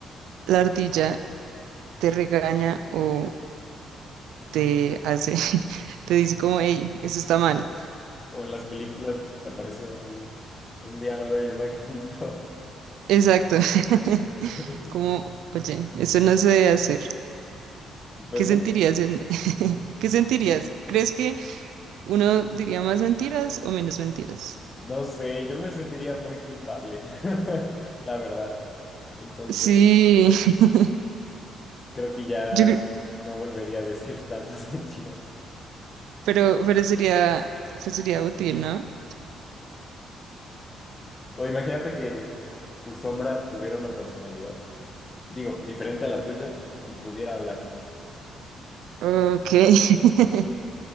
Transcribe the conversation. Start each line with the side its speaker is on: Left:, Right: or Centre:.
Right: la ardilla te regaña o te hace, <laughs> te dice como, hey, eso está mal.
Left: Como en las películas, aparece un, un diablo y un angelito.
Right: Exacto. <laughs>
Left: <laughs>
Right: Como, oye, eso no se debe hacer.
Left: Pues
Right: ¿Qué sentirías
Left: no,
Right: en... <laughs> ¿Qué sentirías? ¿Crees que uno diría más mentiras o menos mentiras?
Left: no sé, yo me sentiría muy culpable, <laughs> la verdad. Entonces,
Right: Sí, <laughs>
Left: creo que ya
Right: yo creo-
Left: no volvería a decir tantas <laughs> mentiras.
Right: pero, pero sería, pues sería útil, ¿no?
Left: O imagínate que tu sombra tuviera una personalidad, digo, diferente a la tuya y pudiera hablar.
Right: Ok. <laughs>